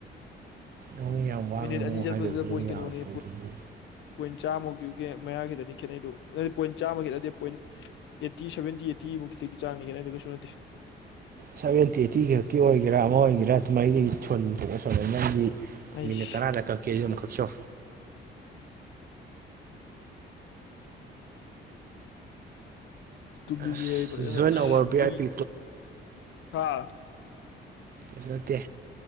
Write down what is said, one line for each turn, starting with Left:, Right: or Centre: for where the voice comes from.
Right: ꯅꯪ ꯌꯥꯝ ꯋꯥ
Left: ꯃꯤꯅꯤꯠ
Right: ꯉꯥꯡꯉꯨ
Left: ꯑꯅꯤ ꯆꯠꯄꯗꯨꯗ
Right: ꯍꯥꯏꯗ꯭ꯔꯁꯨ ꯑꯗꯨꯝ
Left: ꯄꯣꯏꯟ ꯀꯩꯅꯣꯅꯤ
Right: ꯌꯥꯕ ꯄꯣꯠꯇꯨꯕꯨ
Left: ꯄꯣꯏꯟ ꯆꯥꯝꯃ ꯃꯌꯥꯒꯤꯗꯅꯤ ꯈꯦꯠꯩꯗꯨ ꯄꯣꯏꯟ ꯆꯥꯃ ꯈꯦꯠꯠꯇꯗꯦ ꯄꯣꯏꯟ ꯑꯦꯠꯇꯤ ꯁꯚꯦꯟꯇꯤ ꯑꯩꯠꯇꯤꯃꯨꯛ ꯈꯤꯇꯒꯤ ꯆꯥꯡꯅꯤꯅ ꯀꯩꯁꯃ
Right: ꯁꯚꯦꯟꯇꯤ ꯑꯩꯠꯇꯤ ꯈꯛꯀꯤ ꯑꯣꯏꯒꯦꯔꯥ ꯑꯃ ꯑꯣꯏꯒꯦꯔꯥ ꯑꯗꯨꯃꯥꯏꯗꯒꯤ ꯁꯣꯟ ꯊꯣꯛꯑ ꯁꯣꯂ ꯅꯪꯒꯤ
Left: ꯑꯩꯁ
Right: ꯃꯤ ꯇꯔꯥ ꯂꯀ ꯀꯖꯤꯝ ꯈꯔꯆꯣ
Left: ꯇꯨꯝꯅꯤꯡꯉꯦ
Right: ꯑꯁ
Left: ꯑꯩ ꯐꯖꯅ
Right: ꯖꯣꯏꯟ
Left: ꯑꯁ
Right: ꯑꯋꯥꯔ ꯚꯤ ꯑꯥꯏ
Left: ꯎꯏ
Right: ꯄꯤ
Left: ꯍꯥꯥ
Right: ꯏꯁꯠꯇꯦ